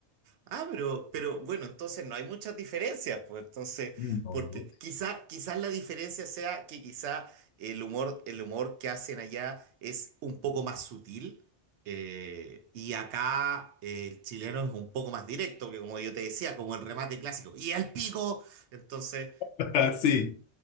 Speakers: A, on the right (about 80°); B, on the left (about 80°).
A: Ah, pero, pero bueno, entonces no hay muchas diferencias, pues entonces,
B: No.
A: porque quizá, quizás la diferencia sea que quizá el humor, el humor que hacen allá es un poco más sutil. eh, y acá eh, el chileno es un poco más directo, que como yo te decía, como el remate clásico, y el pico, entonces,
B: <laughs> Sí,